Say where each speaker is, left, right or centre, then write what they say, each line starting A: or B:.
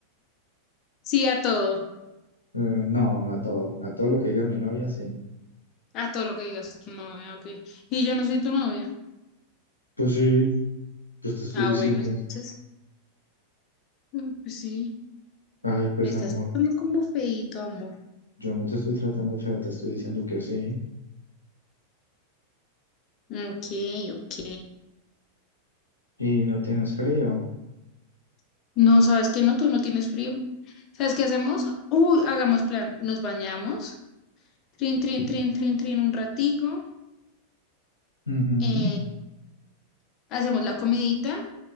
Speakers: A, on the left (about 35°); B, on the left (about 80°).
A: Sí, a todo,
B: Eh, no, no a todo, a todo lo que diga mi novia, sí.
A: a todo lo que digas tu novia, ok. Y yo no soy tu novia.
B: Pues sí, pues te estoy
A: Ah,
B: diciendo,
A: bueno, entonces. Mm, Pues sí,
B: ay, pues
A: me estás
B: amor,
A: tratando como feíto, amor.
B: yo no te estoy tratando feo, te estoy diciendo que sí.
A: Ok, ok.
B: Y no tienes frío.
A: No, ¿sabes qué? No, tú no tienes frío. ¿Sabes qué hacemos? Uy, hagamos plan. Nos bañamos. Trin, trin, trin, trin, trin, un ratico.
B: Ujú,
A: eh, hacemos la comidita.